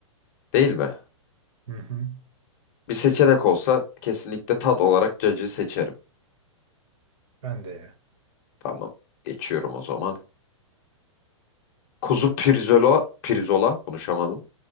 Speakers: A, on the left (about 35°); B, on the right (about 70°).
A: Değil mi?
B: Hı hı.
A: Bir seçenek olsa kesinlikle tat olarak cacığı seçerim.
B: Ben de ya.
A: Tamam. Geçiyorum o zaman. Kuzu pirzola, pirzola konuşamadım.